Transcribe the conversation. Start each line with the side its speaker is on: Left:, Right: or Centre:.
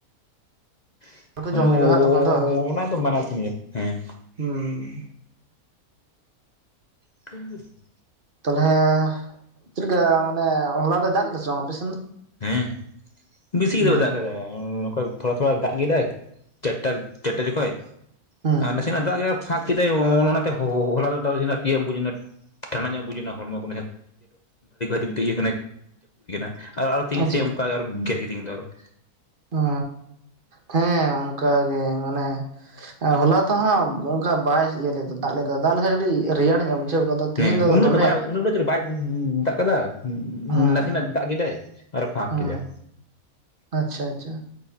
Left: <unintelligible>
Right: ᱦᱩᱸ ᱠᱚ
Left: ᱚᱱᱟ
Right: ᱡᱚᱢ ᱦᱩᱭᱩᱜᱼᱟ ᱦᱟᱸᱜ ᱛᱚᱠᱷᱚᱱ ᱫᱚ
Left: ᱫᱚ <unintelligible> ᱠᱟᱱ ᱜᱮᱭᱟ ᱦᱮᱸ
Right: ᱦᱩᱸ
Left: <unintelligible>
Right: ᱛᱟᱦᱚᱞᱮ ᱪᱮᱞᱠᱟ ᱢᱟᱱᱮ ᱦᱚᱞᱟ ᱫᱚ ᱫᱟᱜ ᱞᱮᱫᱟ ᱥᱮ ᱵᱟᱝ ᱟᱯᱮ ᱥᱮᱱ ᱫᱚ
Left: ᱦᱮᱸ ᱵᱮᱥᱤ
Right: ᱦᱩᱸ
Left: ᱫᱚ ᱵᱟᱭ ᱫᱟᱜ ᱟᱠᱟᱫᱟ ᱱᱚᱝᱠᱟ ᱛᱷᱚᱲᱟ ᱛᱷᱚᱲᱟ ᱫᱟᱜ ᱜᱮᱫᱟᱭ ᱪᱟᱨᱴᱟ ᱪᱟᱨᱴᱟ ᱡᱚᱠᱷᱚᱡ
Right: ᱦᱩᱸ
Left: ᱟᱨ ᱱᱟᱥᱮᱱᱟᱜ ᱫᱟᱜ ᱜᱮ ᱯᱷᱟᱸᱠ ᱠᱮᱫᱟᱭ ᱚᱻ ᱚᱱᱟ ᱛᱮ ᱦᱚᱞᱟ ᱫᱚ <unintelligible> ᱵᱩᱡ ᱮᱱᱟ ᱴᱷᱟᱱᱰᱟ ᱧᱚᱜ ᱵᱩᱡᱱᱟ ᱦᱚᱲᱢᱚ <unintelligible> ᱡᱟᱹᱯᱤᱫ ᱦᱩᱭ ᱟᱠᱟᱱᱟ
Right: ᱟᱪᱪᱷᱟ
Left: <unintelligible>
Right: ᱚᱸ ᱦᱮᱸ ᱚᱱᱠᱟ ᱜᱮ ᱢᱟᱱᱮᱼᱼ ᱦᱚᱞᱟ ᱛᱚᱦᱟᱸᱜ ᱚᱱᱠᱟ ᱵᱟᱭ ᱤᱭᱟᱹ ᱞᱮᱫᱟ ᱫᱟᱜ ᱞᱮᱫᱟ ᱫᱟᱜ ᱞᱮᱠᱷᱟᱱ ᱠᱟᱹᱴᱤᱡ ᱨᱮᱭᱟᱲ <unintelligible> ᱛᱤᱦᱤᱧ
Left: ᱦᱮᱸ ᱩᱱᱟᱹᱜ
Right: ᱫᱚᱢᱮ
Left: ᱫᱚ ᱵᱟᱭ ᱩᱱᱟᱹᱜ <unintelligible> ᱵᱟᱭ ᱫᱟᱜ ᱠᱟᱫᱟ
Right: ᱦᱮᱸ
Left: ᱱᱟᱥᱮᱱᱟᱜ ᱫᱟᱜ ᱠᱮᱫᱟᱭ ᱟᱨ ᱯᱷᱟᱸᱠ
Right: ᱦᱮᱸ
Left: ᱠᱮᱫᱟᱭ
Right: ᱟᱪᱪᱷᱟ ᱟᱪᱪᱷᱟ